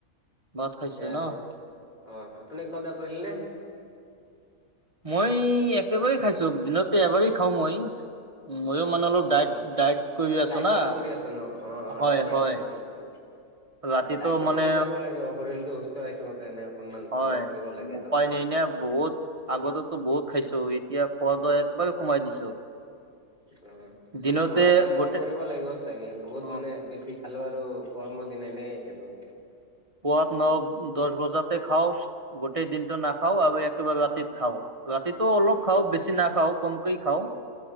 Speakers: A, on the right; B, on the left.
A: ভাত
B: পিছে
A: খাইছে
B: আৰু
A: ন
B: অ আপুনি খোৱাদা কৰিলে নে
A: মই একেবাৰেই খাইছো দিনতে এবাৰেই খাওঁ মই ময়ো মানে অলপ ডাইট
B: অ
A: ডাইট কৰি আছো
B: ডাইট
A: না।
B: ফল' কৰি আছে ন অ অ
A: হয়
B: ঠিকে
A: হয়
B: আছে ঠিকে
A: ৰাতিটো
B: দাইটটো
A: মানে
B: ভলো কৰিব লাগিব শৰীৰতটো সুস্থ ৰাখিবৰ কাৰণে অকনমান
A: হয়
B: ফ'ল' কৰিব লাগে আৰু
A: উপায় নাই ন বহুত আগতেতো বহুত খাইছো ই এতিয়া খোৱা দোৱা একবাৰেই কমাই দিছো
B: উ
A: দিনতে
B: মইও তেনেকুৱাও
A: গোটেই
B: কৰিব লাগিব চাগে বহুত
A: অ
B: মানে বেছি খালো আৰু গৰমৰ দিন এ ন আৰু
A: পুৱাত ন দহ বজাতে খাও গোটেই দিনটো না খাও আৰু একেবাৰে ৰাতিত খাও ৰাতিটো অলপ
B: উম
A: খাও বেছি নাখাও কমকে খাওঁ